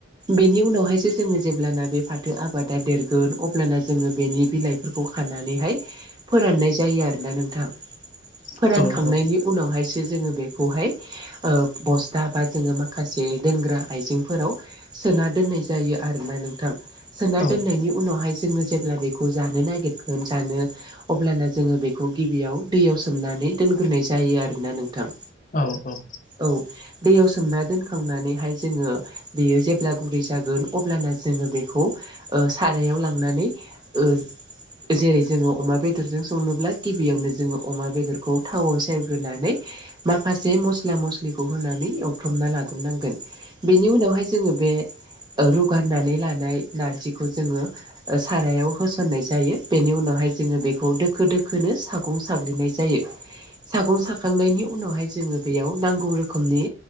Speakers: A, on the right (about 20°); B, on the left (about 40°).
A: बिनि उनावहायसो जोङो जेब्लाना बे फाथो आबादा देरगोन अब्लाना जोङो बेनि बिलाइफोरखौ खानानैहाय फोराननाय जायो आरोना नोंथां फोरानखांनायनि
B: औ
A: उनावहायसो जोङो बेखौहाय बस्था बा जोङो माखासे माखासे दोनग्रा आइजेंफोराव सोना दोननाय जायो आरोना नोंथां सोना
B: औ
A: दोननायनि उनावहाय जोङो जेब्ला बेखौ जानो नागिरगोन जानो अब्लाना जोङो बेखौ गिबियाव दैयाव सोमनानै दोनग्रोनाय जायो आरोना नोंथां
B: औ औ
A: औ दैयाव सोमना दोन खांनानैहाय जोङो बेयो जेब्ला गुरै जागोन अब्लाना जोङो बेखौ सारायाव लांनानै ओ जेरै जोङो अमा बेदरजों संनोब्ला गिबियावनो जोङो अमा बेदरखौ थावआव सेरग्रोनानै माखासे मस्ला मस्लिखौ होनानै एवथ्रमना लादों नांगोन बेनि उनावहाय जोङो बे रुगारनानै लानाय नारजिखौ जोङो सारायाव होसननाय जायो बेनि उनावहाय जोङो बेखौ दोखो दोखोनो सागं साग्लिनाय जायो सागं साखांनायनि उनावहाय जोङो बेयाव नांगौ रोखोमनि